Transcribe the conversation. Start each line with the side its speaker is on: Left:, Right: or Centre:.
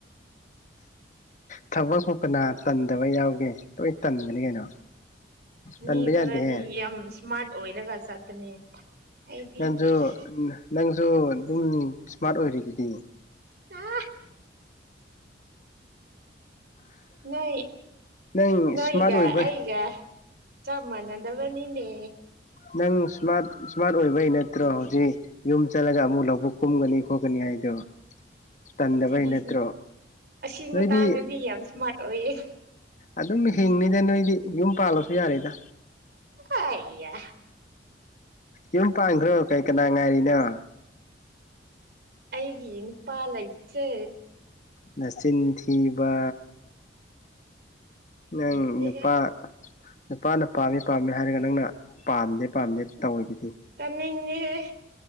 Left: ꯊꯕꯛ ꯄꯨ ꯀꯅꯥ ꯇꯟꯗꯕ ꯌꯥꯎꯒꯦ ꯂꯣꯏ ꯇꯟꯕꯅꯤ ꯀꯩꯅꯣ
Right: ꯃꯤ
Left: ꯇꯟꯕ
Right: ꯈꯔꯗꯤ
Left: ꯌꯥꯗꯦꯍꯦ
Right: ꯌꯥꯝ ꯏꯁꯃꯥꯔꯠ ꯑꯣꯏꯔꯒ ꯆꯠꯄꯅꯦ ꯑꯩꯗꯤ
Left: ꯅꯪꯁꯨ
Right: ꯏꯁ
Left: ꯅꯪꯁꯨ ꯑꯗꯨꯝ ꯏꯁꯃꯥꯔꯠ ꯑꯣꯏꯔꯤꯗꯨꯗꯤ
Right: ꯑ <unintelligible> ꯅꯣꯏ
Left: ꯅꯪ
Right: ꯅꯣꯏꯒ
Left: ꯏꯁꯃꯥꯔꯠ ꯑꯣꯏꯕ
Right: ꯑꯩꯒ ꯆꯞ ꯃꯥꯟꯅꯗꯕꯅꯤꯅꯦ
Left: ꯅꯪ ꯏꯁꯃꯥꯔꯠ ꯏꯁꯃꯥꯔꯠ ꯑꯣꯏꯕꯩ ꯅꯠꯇ꯭ꯔꯣ ꯍꯧꯖꯤꯛ ꯌꯨꯝ ꯆꯠꯂꯒ ꯑꯃꯨꯛ ꯂꯧꯕꯨꯛ ꯀꯨꯝꯒꯅꯤ ꯈꯣꯠꯀꯅꯤ ꯍꯥꯏꯗꯣ ꯇꯟꯗꯕꯩ
Right: ꯁꯤꯗꯤ
Left: ꯅꯠꯇ꯭ꯔꯣ
Right: ꯁꯨꯝ ꯑꯁꯤ
Left: ꯅꯣꯏꯗꯤ
Right: ꯃꯇꯥꯡꯗꯗꯤ ꯌꯥꯝ ꯏꯁ꯭ꯃꯥꯔꯠ ꯑꯣꯏꯌꯦ
Left: ꯑꯗꯨꯝ ꯍꯤꯡꯅꯤꯗ ꯅꯣꯏꯗꯤ ꯌꯨꯝ ꯄꯥꯜꯂꯁꯨ ꯌꯥꯔꯦꯗ
Right: ꯑꯩꯌꯥ
Left: ꯌꯨꯝ ꯄꯥꯟꯈ꯭ꯔꯣ ꯀꯩ ꯀꯅꯥ ꯉꯥꯏꯔꯤꯅꯣ
Right: ꯑꯩꯒꯤ ꯅꯨꯄꯥ ꯂꯩꯇ꯭ꯔꯦ
Left: ꯅꯆꯤꯟ ꯊꯤꯕ ꯅꯪ
Right: ꯂꯩꯇꯦꯍꯦ
Left: ꯅꯨꯄꯥ ꯅꯨꯄꯥꯅ ꯄꯥꯝꯃꯦ ꯄꯥꯝꯃꯦ ꯍꯥꯏꯔꯒ ꯅꯪꯅ ꯄꯥꯝꯗꯦ ꯄꯥꯝꯗꯦ ꯇꯧꯔꯤꯗꯨꯗꯤ
Right: ꯇꯥꯅꯤꯡꯗꯦꯍꯦ